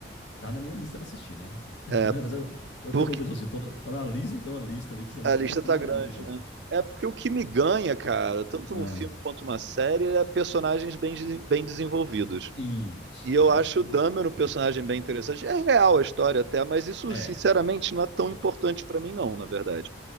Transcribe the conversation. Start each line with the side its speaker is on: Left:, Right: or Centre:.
Left: Tá na minha lista pra assistir, né? <laughs>
Right: É,
Left: Agora, Eu
Right: porque
Left: tô falando pra pessoa assim, tô na- tá na lista, tem uma lista ali, que essa lista
Right: A lista
Left: aqui tá ficando
Right: tá
Left: infinita
Right: grande,
Left: já.
Right: né? É porque o que me ganha, cara, tanto
Left: Ah,
Right: num filme quanto numa série, é personagens bem, de- bem desenvolvidos.
Left: isso,
Right: E eu
Left: acho
Right: acho
Left: massa também.
Right: o Dahmer um personagem bem interessante. É real a história até, mas isso,
Left: É,
Right: sinceramente, não é tão importante pra mim, não, na verdade.